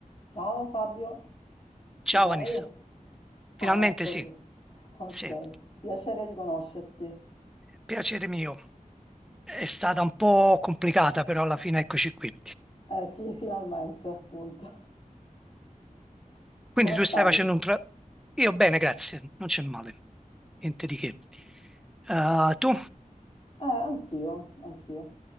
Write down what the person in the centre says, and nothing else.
Ciao
Vanessa, finalmente
sì,
sì,
piacere mio. È stata un po' complicata, però alla fine eccoci qui.
Quindi
tu
stai facendo
un tra... Io bene, grazie, non c'è male, niente di che. Eh, tu?